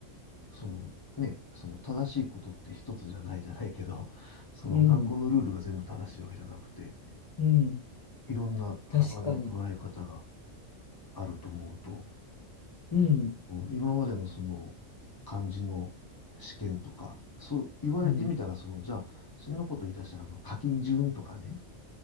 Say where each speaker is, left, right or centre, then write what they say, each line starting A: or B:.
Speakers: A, on the left (about 20°); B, on the left (about 40°).
A: そのね、その正しいことって一つじゃないじゃないけど、<laughs> その学校のルールが全部正しいわけじゃなくて、
B: うん、うん、
A: いろんな幅の捉え方が
B: 確かに。
A: あると思うと、
B: うん、
A: 今までのその漢字の試験とか、そう言われてみたら、
B: うん。
A: その、じゃあ、そんなこと言い出したら、あの、書き順とかね、